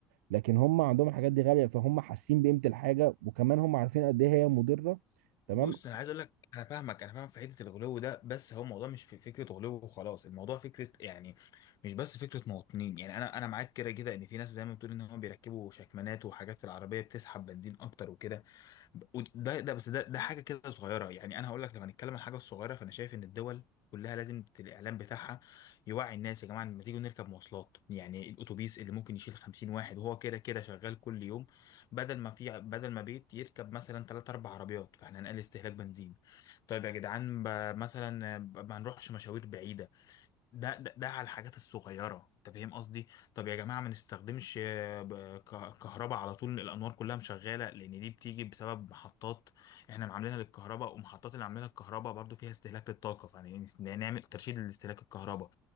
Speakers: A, on the right; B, on the left.
A: لكن هم عندهم الحاجات دي غاليه فهم حاسين بقيمه الحاجه وكمان هم عارفين قد ايه هي مضره تمام
B: بص انا عايز اقول لك انا فاهمك انا فاهم في حته الغلو ده بس هو الموضوع مش في فكره غلو وخلاص الموضوع فكره يعني مش بس فكره مواطنين يعني انا انا معاك كده كده ان في ناس زي ما بتقول ان هم بيركبوا شكمانات وحاجات في العربيه بتسحب بنزين اكتر وكده وده ده بس ده ده حاجه كده صغيره يعني انا هقول لك لو هنتكلم عن حاجه صغيره فانا شايف ان الدول كلها لازم ت- الاعلام بتاعها يوعي الناس يا جماعه لما تيجوا نركب مواصلات يعني الاتوبيس اللي ممكن يشيل 50 واحد وهو كده كده شغال كل يوم بدل ما في بدل ما بيت يركب مثلا 3 4 عربيات فاحنا هنقلل استهلاك بنزين طيب يا جدعان ب- مثلا آه، ب- ما نروحش مشاوير بعيده ده ده, ده على الحاجات الصغيرة انت فاهم قصدي طب يا جماعة ما نستخدمش آه، ب- ك- كهرباء على طول الأنوار كلها مشغالة لأن دي بتيجي بسبب محطات احنا معاملينها للكهرباء ومحطات اللي عاملينها للكهرباء برضو فيها استهلاك للطاقة فيعني نعمل ترشيد لاستهلاك الكهرباء